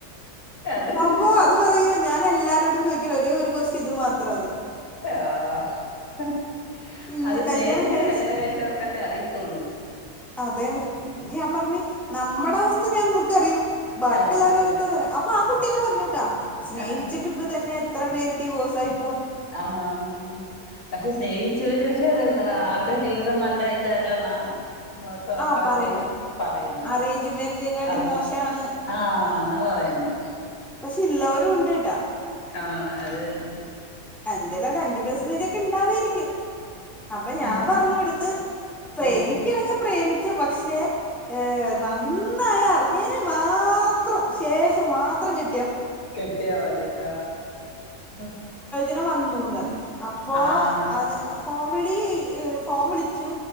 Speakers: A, on the left; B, in the centre.
A: അതന്നെ
B: അപ്പോ അത് പറയാ ഞാൻ എല്ലാരോടും ചോദിക്ക്ണ ഒരേ ഒരു കൊസ്റ്റ്യൻ ഇത് മാത്രാ അത്
A: യാ ഹ്
B: ഉം,
A: അത് സ്നേഹിച്ച്
B: കല്യാണം കഴിച്ചിട്ട്
A: കല്യാണം കഴിച്ചവർക്കല്ലേ അറിയത്തൊള്ളൂ.
B: അതേണ് ഞാൻ പറഞ്ഞ് നമ്മടെ അവസ് ഥ ഞമ്മക്കറിയും ബാക്കിയുള്ളോരവസ്ഥ
A: ആ അത് തന്നെ
B: പറയാ അപ്പൊ ആ കുട്ട്യന്നെ പറഞ്ഞൂട്ടാ സ്നേഹിച്ചിട്ട്
A: ആ
B: ഇപ്പ തന്നെ എത്ര പേര് ഡിവോസായി
A: ആ ആ ആ പക്ഷെ സ്നേഹിച്ചോര് പക്ഷെ <unintelligible> അവർ ടെ ജീവിതം നല്ല ഇതല്ലെന്നാം മ്മക്കാപ്പ
B: ആഹ് പറയണ്
A: അവര് പറയുന്നത്.
B: അറേഞ്ച് മാരേജിനെക്കാട്ടി
A: ഞാഅറയും
B: മോശാണ്
A: ആ ന്നാ പറയുന്നെ
B: പക്ഷെ ഇള്ളോരും ഉണ്ട് ട്ടോ
A: ആ അതെ ന്നെ
B: അ എന്തേലും ഒരഞ്ച് പേസൻ്റേജൊക്കെ ഇണ്ടാവേരി ക്കും അപ്പം ഞാൻ
A: അത് തന്നെ
B: പറഞ്ഞു കൊട്ത്ത്- പ്രേമിക്ക
A: ഏ
B: ആണെങ്കിൽ പ്രേമിച്ചോ പക്ഷെ ഏ- നന്നായ് അറിഞ്ഞേന് മാത്രം ശേഷം മാത്രം കി
A: കെട്ടിയ മതീന്നാ ആ-
B: ങ്ങ് വന്നൂന്ന് അപ്പോ
A: ആ ആ
B: അതെ അപ്പൊ ഫോൺ വിളീ ഈഹ് ഫോൺ വിളിച്ചു